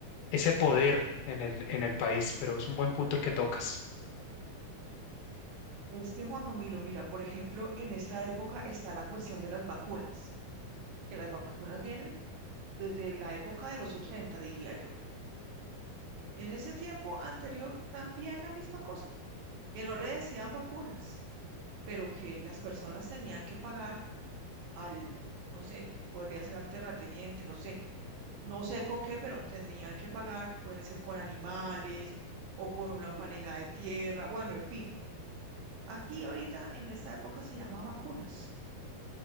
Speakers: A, on the left; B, on the right.
A: ese poder en el, en el país, pero es un buen punto el que tocas.
B: Es que Juan Camilo, mira, por ejemplo, en esta época está la cuestión de las vacunas, que las vacunas vienen desde la época de los 80 diría yo. En ese tiempo anterior también la misma cosa, que no le decían vacunas, pero que las personas tenían que pagar al, no sé, podría ser al terrateniente, no sé, no sé con qué, pero tendrían que pagar, pueden ser con animales o con una fanega de tierra, bueno, en fin. Aquí ahorita en esta época se llama vacunas.